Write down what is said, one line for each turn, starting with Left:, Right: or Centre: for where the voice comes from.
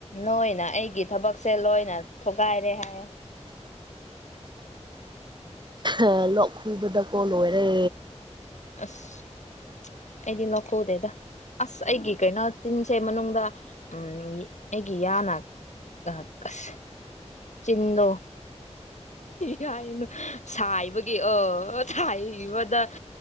Left: ꯅꯣꯏꯅ ꯑꯩꯒꯤ ꯊꯕꯛꯁꯦ ꯂꯣꯏꯅ ꯊꯣꯒꯥꯏꯔꯦ ꯍꯥꯏ
Right: ꯑꯥ꯫ ꯂꯣꯛ ꯈꯨꯕꯗ ꯀꯣ ꯂꯣꯏꯔꯦ꯫
Left: ꯑꯁ ꯑꯩꯗꯤ ꯂꯈꯧꯗꯦꯗ꯫ ꯑꯁ ꯑꯩꯒꯤ ꯀꯩꯅꯣ ꯆꯤꯟꯁꯦ ꯃꯅꯨꯡꯗ ꯎ ꯑꯩꯒꯤ ꯌꯥꯅ ꯑꯁ ꯆꯤꯟꯗꯣ ꯌꯥꯏꯅꯨ ꯁꯥꯏꯕꯒꯤ ꯑ ꯁꯥꯏꯕꯗ